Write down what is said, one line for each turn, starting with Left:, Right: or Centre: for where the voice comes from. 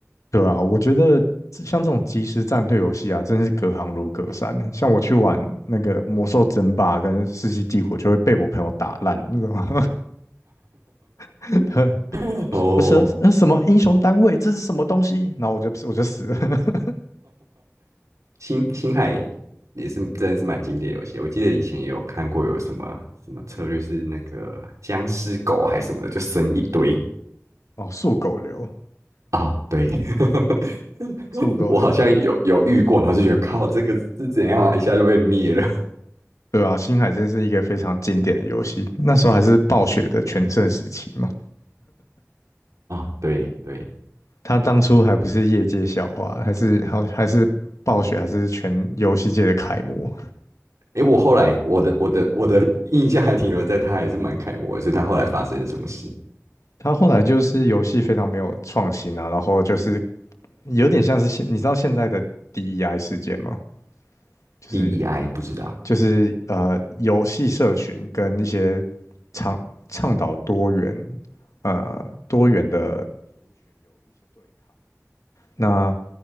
Left: 对啊，我觉得像这种即时战略游戏啊，真是隔行如隔山。像我去玩那个《魔兽争霸》跟《世纪帝国》，就会被我朋友打烂，你知道吗？<laughs> 对。
Right: <laughs> 哦，
Left: 不是，呃什么英雄单位，这是什么东西？然后我就我就死了。<laughs>
Right: 星星海也是真的是蛮经典的游戏，我记得以前也有看过有什么什么策略是那个僵尸狗还是什么的，就生一堆，
Left: 哦，速狗流，
Right: 啊，对，<laughs>
Left: 速狗流，
Right: 我好像有有遇过，然后就觉得靠，这个是怎样啊一下就被灭了 <laughs>
Left: 对啊，星海真是一个非常经典的游戏，那时候还是暴雪的全盛时期嘛。
Right: 啊！对对，
Left: 他当初还不是业界笑话，还是还还是暴雪，还是全游戏界的楷模。
Right: 诶，我后来我的我的我的印象还停留在他还是蛮楷模的，所以他后来发生了什么事
Left: 他后来就是游戏非常没有创新啊，然后就是有点像是现，你知道现在的 DEI 事件吗？就是
Right: ？DEI 不知道，
Left: 就是呃游戏社群跟一些倡倡导多元呃多元的那，